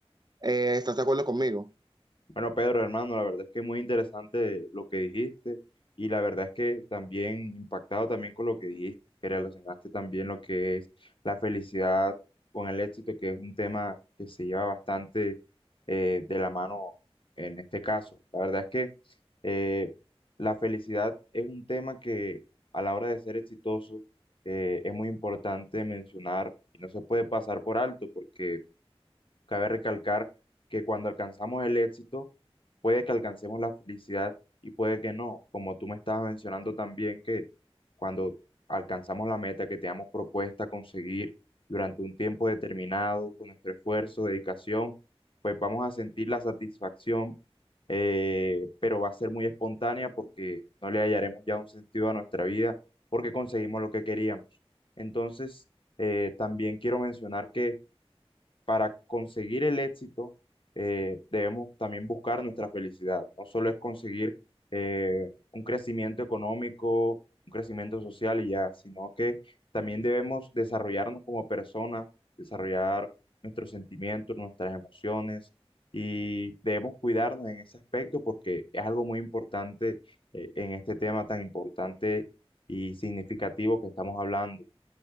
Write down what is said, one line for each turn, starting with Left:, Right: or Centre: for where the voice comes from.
Right: eh, estás de acuerdo conmigo.
Left: Bueno, Pedro, hermano, la verdad es que muy interesante lo que dijiste y la verdad es que también impactado también con lo que dijiste, que relacionaste también lo que es la felicidad con el éxito, que es un tema que se lleva bastante eh, de la mano en este caso. La verdad es que eh, la felicidad es un tema que a la hora de ser exitoso eh, es muy importante mencionar y no se puede pasar por alto porque Cabe recalcar que cuando alcanzamos el éxito, puede que alcancemos la felicidad y puede que no, como tú me estabas mencionando también que cuando alcanzamos la meta que teníamos propuesta conseguir durante un tiempo determinado, con nuestro esfuerzo, dedicación, pues vamos a sentir la satisfacción, eh, pero va a ser muy espontánea porque no le hallaremos ya un sentido a nuestra vida porque conseguimos lo que queríamos. Entonces, eh, también quiero mencionar que para conseguir el éxito, eh, debemos también buscar nuestra felicidad. No solo es conseguir eh, un crecimiento económico, un crecimiento social y ya, sino que también debemos desarrollarnos como personas, desarrollar nuestros sentimientos, nuestras emociones y debemos cuidarnos en ese aspecto porque es algo muy importante eh, en este tema tan importante y significativo que estamos hablando.